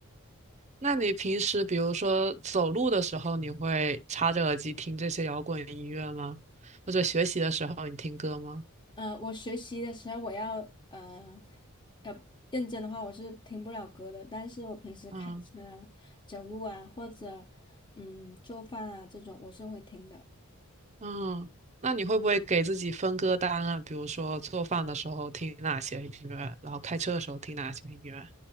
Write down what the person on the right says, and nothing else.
那你平时比如说走路的时候，你会插着耳机听这些摇滚音乐吗？或者学习的时候你听歌吗？
嗯。
嗯，那你会不会给自己分歌单啊？比如说做饭的时候听哪些音乐，然后开车的时候听哪些音乐？